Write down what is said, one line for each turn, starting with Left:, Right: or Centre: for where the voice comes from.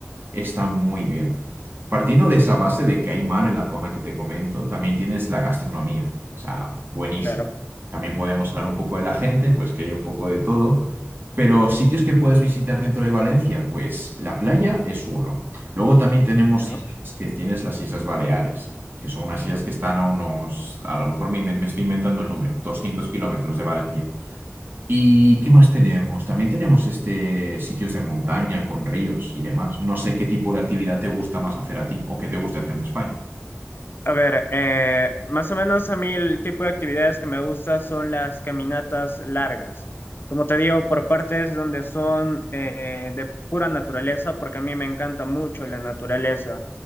Right: está muy bien. Partiendo de esa base de que hay mar en la zona que te comento, también tienes la gastronomía, o sea, buenísima.
Left: Claro.
Right: También podemos hablar un poco de la gente, pues que hay un poco de todo. Pero sitios que puedes visitar dentro de Valencia, pues la playa es uno. Luego también tenemos
Left: Ya.
Right: islas, que tienes las Islas Baleares, que son unas islas que están a unos, a lo mejor me, inven- me estoy inventando el número, 200 kilómetros de Valencia. ¿Y qué más tenemos? También tenemos este, sitios de montaña con ríos y demás. No sé qué tipo de actividad te gusta más hacer a ti o qué te guste hacer en España.
Left: A ver, eh, más o menos a mí el tipo de actividades que me gusta son las caminatas largas. Como te digo, por partes donde son eh, de pura naturaleza, porque a mí me encanta mucho la naturaleza.